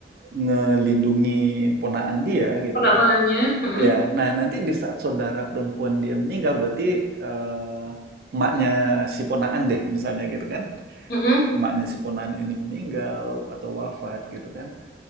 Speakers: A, on the right (about 55°); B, on the left (about 55°).
A: ngelindungi ponaan dia gitu
B: Perlakuannya.
A: loh.
B: Heeh,
A: Ya, nah nanti di saat saudara perempuan dia meninggal berarti eh, emaknya si ponaan deh misalnya gitu kan.
B: heeh.
A: Emaknya si ponaan ini meninggal atau wafat gitu kan.